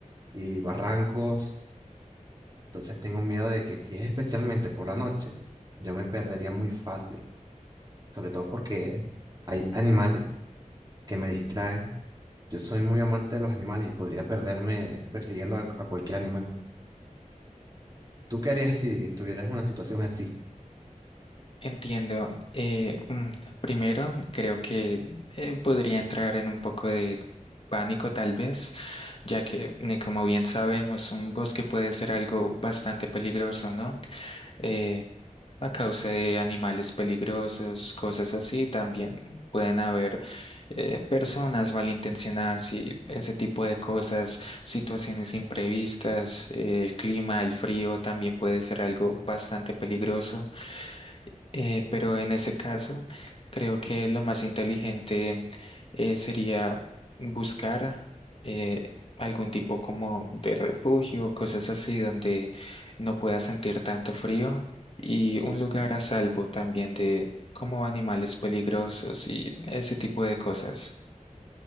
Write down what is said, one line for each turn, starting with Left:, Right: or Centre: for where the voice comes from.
Right: y barrancos. Entonces tengo miedo de que si es especialmente por la noche, yo me perdería muy fácil, sobre todo porque hay animales que me distraen. Yo soy muy amante de los animales y podría perderme persiguiendo a a cualquier animal. ¿Tú qué harías si estuvieras en una situación así?
Left: Entiendo. eh, mm, primero, creo que eh, podría entrar en un poco de pánico tal vez, ya que, eh, como bien sabemos, un bosque puede ser algo bastante peligroso, ¿no? Eh, a causa de animales peligrosos, cosas así. También pueden haber eh, personas malintencionadas y ese tipo de cosas, situaciones imprevistas. eh, el clima, el frío también puede ser algo bastante peligroso. Eh, pero en ese caso, creo que lo más inteligente eh, sería buscar eh, algún tipo como de refugio, cosas así, donde no pueda sentir tanto frío y un lugar a salvo también de como animales peligrosos y ese tipo de cosas.